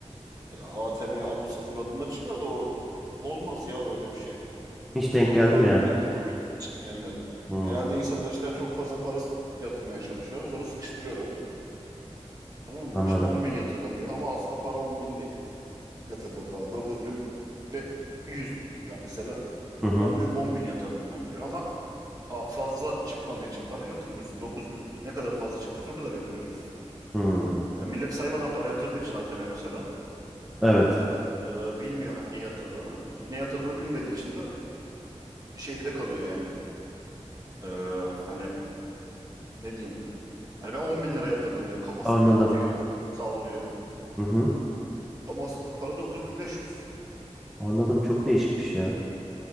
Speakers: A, on the right (about 30°); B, in the centre.
A: ATM'yi alıp sıfırladığında çıkar da o olmaz ya öyle bir şey.
B: Hiç denk
A: Çok
B: geldi
A: zor
B: mi yani?
A: ihtimal. Cık, Gelmedi.
B: Hmm,
A: Genelde insanlar işte çok fazla para s- yatırmaya çalışıyoruz. Onu sıkıştırıyorlar. Tamam mı?
B: anladım.
A: İşte 10 bin yatırdım diyor ama aslında para 10 bin değil. Yatırdığı para 9 bin 100 lira mesela.
B: Hı hı.
A: Adam diyor ki 10 bin yatırdım ben diyor ama a- fazla çıkmadığı için para yatırmıyorsun. 9 bin ne kadar fazla çıktıysa o kadar yatırıyorsun.
B: hı.
A: Yani millet saymadan para yatırdığı için ATM mesela
B: Evet.
A: e, bilmiyor ha- ne yatırdığını. Ne yatırdığını bilmediği için de şeyde kalıyor yani. E, hani ne diyeyim? Hani ben 10 bin lira yatırdım diyor kafasından
B: Anladım.
A: atıyor, sallıyor.
B: Hı hı.
A: Ama asıl para 9500.
B: Anladım. Çok değişikmiş ya.